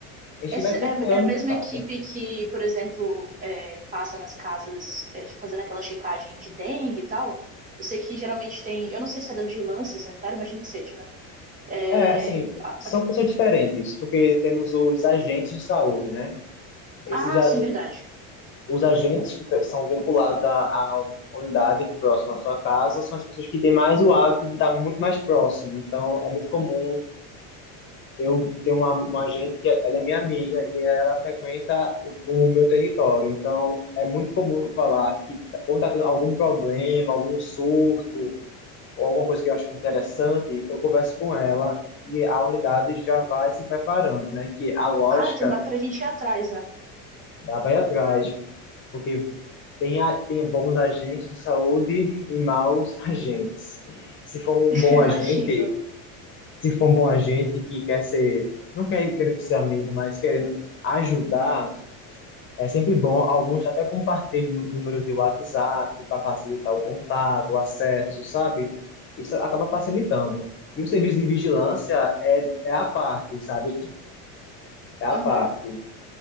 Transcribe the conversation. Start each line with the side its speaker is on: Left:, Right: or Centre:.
Left: A gente
Right: Essa
Left: vai procurando
Right: é, é a mesma
Left: contato.
Right: equipe que, por exemplo, é, passa nas casas é, fazendo aquela checagem de dengue e tal. Eu sei que geralmente tem. Eu não sei se é da vigilância sanitária, imagino que seja, né? É,
Left: É, assim,
Right: a-
Left: são
Right: a-
Left: pessoas diferentes, porque temos os agentes de saúde, né? Esses,
Right: ah,
Left: já,
Right: sim, verdade.
Left: Os agentes que são vinculados à, à unidade próxima à sua casa são as pessoas que têm mais o hábito de estar muito mais próximo. Então, é muito comum eu ter uma, uma agente que é, ela é minha amiga e ela frequenta o, o meu território. Então, é muito comum eu falar que tá- quando está tendo algum problema, algum surto ou alguma coisa que eu acho interessante, eu converso com ela e a unidade já vai se preparando, né? Que a lógica
Right: Ah, então dá pra gente ir atrás, né?
Left: Dá para ir atrás, porque tem, a- tem bons agentes de saúde e maus <laughs> agentes. Se for
Right: <laughs>
Left: um bom
Right: Eu
Left: agente,
Right: imagino.
Left: se for um bom agente que quer ser, não quer querendo ser amigo, mas querendo ajudar, é sempre bom. Alguns até compartilham nú- número de WhatsApp para facilitar o contato, o acesso, sabe? Isso acaba facilitando. E o serviço de vigilância é, é a parte, sabe? É a
Right: Aham.
Left: parte.